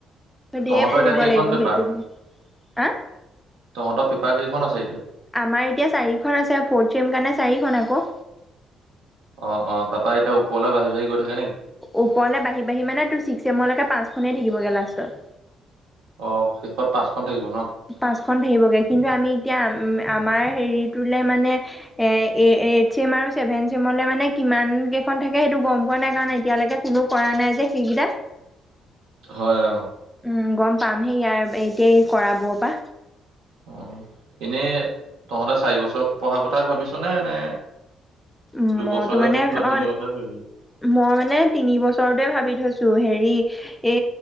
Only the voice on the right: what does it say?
তহঁতৰ
এতিয়া কেইখন
পেপাৰ
তহঁতৰ পেপাৰ কেইখন আছে এতিয়া
অ', অ', তাৰপা এতিয়া ওপৰলৈ বাঢ়ি বাঢ়ি গৈ থাকে নেকি
অ', শেষত পাঁচখন থাকিব ন
হয় অ',
অ', এনেই তহঁতে চাৰি বছৰ পঢ়াৰ কথাই ভাবিছ নে নে
দুবছৰহে
পঢ়
তিনিছৰে পঢ়িবি